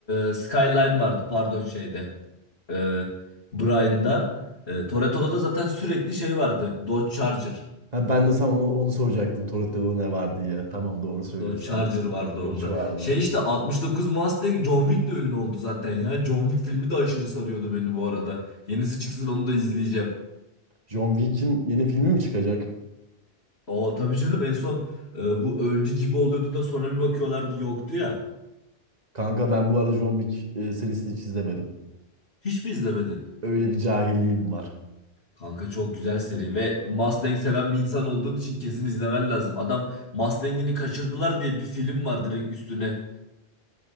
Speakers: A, on the left; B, on the right.
A: e, Skyline vardı pardon şeyde. E, Brian'da. E, Toretto'da da zaten sürekli şey vardı. Dodge Charger.
B: Ha, ben de sana onu, onu soracaktım. Toretto'da ne var diye. Tamam doğru söylüyorsun.
A: Dodge Charger
B: Hani
A: vardı onda.
B: Borç vardı.
A: Şey işte 69 Mustang John Wick de ünlü oldu zaten ya. John Wick filmi de aşırı sarıyordu beni bu arada. Yenisi çıksın onu da izleyeceğim.
B: John Wick'in yeni filmi mi çıkacak?
A: Aa tabii canım en son e, bu öldü gibi oluyordu da sonra bir bakıyorlardı yoktu ya.
B: Kanka ben bu arada John Wick e, serisini hiç izlemedim.
A: Hiç mi izlemedin?
B: Öyle bir cahilliğim var.
A: Kanka çok güzel seri ve Mustang seven bir insan olduğun için kesin izlemen lazım. Adam Mustang'ini kaçırdılar diye bir film var direkt üstüne.